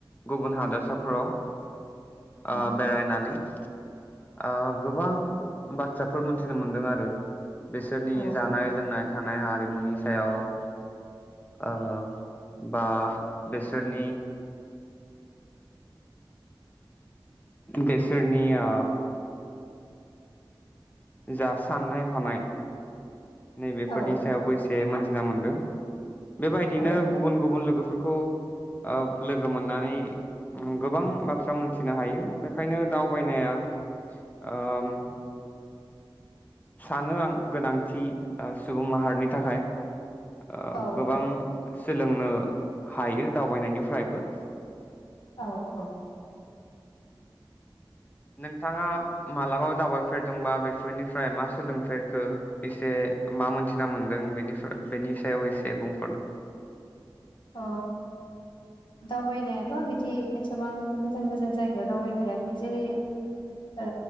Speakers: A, on the left (about 20°); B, on the left (about 65°).
A: गुबुन हादरसाफोराव
B: औ
A: ओ बेरायनानै ओ गोबां बाथ्राफोर मोनथिनो मोनदों आरो। बेसोरनि
B: औ
A: जानाय लोंनाय थानाय हारिमुनि सायाव ओ उम बा बेसोरनि बेसोरनिया जा साननाय हनाय नै बेफोरनि
B: औ
A: सायावबो इसे मोन थिना मोनदों। बेबायदिनो
B: औ
A: गुबुन गुबुन लोगोफोरखौ ओ लोगो मोननानै गोबां बाथ्रा मोनथिनो हायो बेखायनो दावबायनाया ओम सानो आं गोनांथि ओ सुबुं माहारिनि थाखाय। ओ
B: औ
A: गोबां सोलोंनो हायो दावबायनायनिफ्रायबो
B: औ औ
A: नोंथाङा मालाबा दावबायफेरदोंबा बेफोरनिफ्राय मा सोलोंफेरखो एसे मा मोनथिना मोनदों बेनिफ्राय बेनि सायाव एसे बुं।
B: अ दावबायनायाथ बिदि एसेबां गोजान गोजान जायगायाव दावबायफेराखै। जेरै ओ